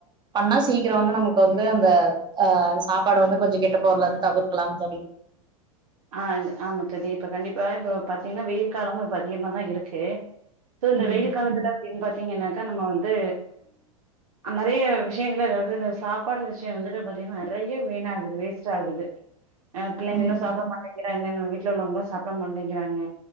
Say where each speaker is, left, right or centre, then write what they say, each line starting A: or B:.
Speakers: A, on the right; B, on the right.
A: பண்ணா சீக்ரொ வந்து நமக்கு வந்து அந்த ஆ சாப்பாடு வந்து கொஞ்ச கெட்டு போரலந்து தவிர்க்கலா தோழி
B: ஆ ஆமா தோழி இப்போ கண்டிப்பா இப்போ பாத்தீங்கன்னா வெயில் காலமு இப்போ அதிகமாக தா இருக்கு இதுல இந்த
A: ம்
B: வெயில் காலத்துல அப்டின்னு பாத்தீங்கன்னாக்கா நம்ம வந்து நறைய விஷயங்கள் அதாவது இந்த சாப்பாடு விஷயோ வந்துட்டு பாத்தீங்கன்னா நெறைய வீண் ஆகுது வேஸ்ட் ஆகுது
A: <inaudible>
B: பிள்ளைங்களா
A: ம்
B: சாப்பிட மாட்டேங்கிறாங்க நம்ம வீட்ல உள்ளவங்களா சாப்பிட மாட்டேங்கிறாங்க